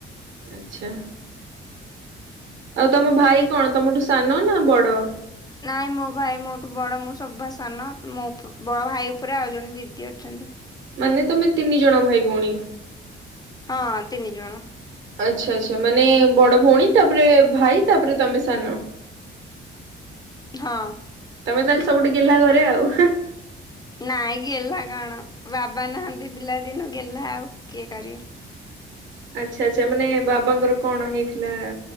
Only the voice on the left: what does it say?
ନାଇଁ ମୋ ଭାଇ ମୋଠୁ ବଡ। ମୁଁ ସଭା ସାନ। ମୋ ବଡ ଭାଇ ଉପରେ ଆଉ ଜଣେ ଦିଦି ଅଛନ୍ତି।
ହଁ ତିନି ଜଣ।
ହଁ।
ନାଇଁ ଗେହ୍ଲା କଣ? ବାବା ନାହାନ୍ତି ପିଲାଦିନୁ ଗେହ୍ଲା ଆଉ କିଏ କରିବେ?